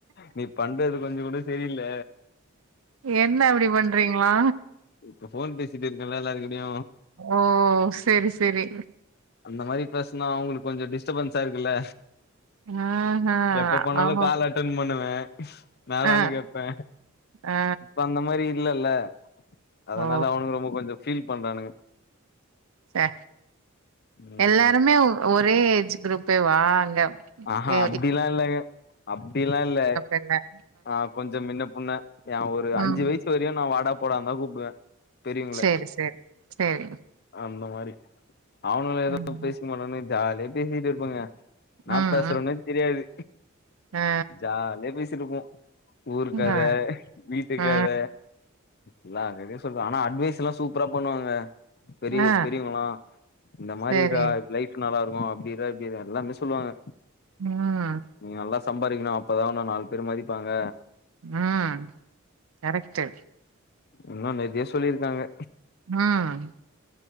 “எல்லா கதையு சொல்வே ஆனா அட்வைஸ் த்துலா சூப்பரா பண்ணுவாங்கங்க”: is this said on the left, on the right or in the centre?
Left